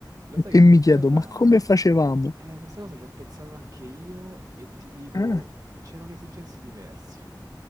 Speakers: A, on the right; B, on the left.
A: Lo sai
B: E
A: che
B: mi
A: questa
B: chiedo,
A: cosa
B: ma come facevamo?
A: eh, questa cosa ci ho pensato anche io e ti dico,
B: Eh,
A: c'erano esigenze diverse,